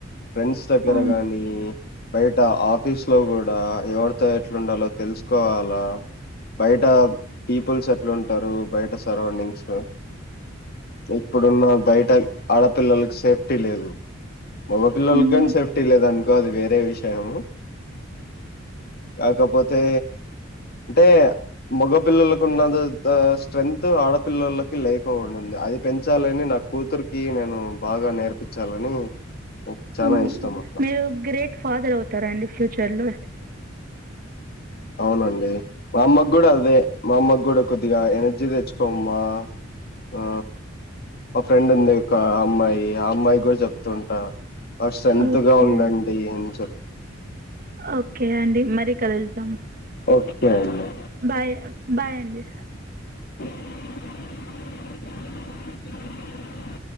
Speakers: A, on the left (about 50°); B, on the right (about 45°).
A: ఫ్రెండ్స్ దగ్గర
B: అవును.
A: గాని బయట ఆఫీస్ లో కూడా ఎవరితో ఎట్లుంలో తెలుసుకోవాలా బయట. బ పీపుల్స్ అట్లు ఉంటారు. బయట సరౌండింగ్స్ ఇప్పుడున్న బయట ఆడపిల్లలకు సేఫ్టీ లేదు మొగపిళల్
B: హ్మ్.
A: గన్ సేఫ్టీ లేదండి కాదు వేరే విషయము కాకపోతే అంటే మగ పిల్లలకున్నది స్ట్రెంగ్ ఆడపిల్లలకి లేక ఉంది. అది పెంచాలని నా కూతురికి నేను బాగా నేర్పించాలని చాల
B: హ్మ్.
A: ఇష్టం. అట్లా
B: మీరు గ్రేట్ ఫాదర్ అవుతారంండి. ఫ్యూచర్ లో
A: అవునండి మా అమ్మ కూడా అదే మా అమ్మకి కూడా కొద్దిగా ఎనర్జీ తెచ్చుకోమ్మా. ఆ మా ఫ్రెండ్ ఉంది ఒక అమ్మాయి ఆ అమ్మాయి. చెప్తుంటా స్ట్రెంత్
B: ఓకే
A: గా ఉండండి ఏం చెప్
B: ఓకే అండి మర కలుద్దాం
A: ఓకే అండి
B: బాయ్ బాయ్ అండి
A: <inaudible>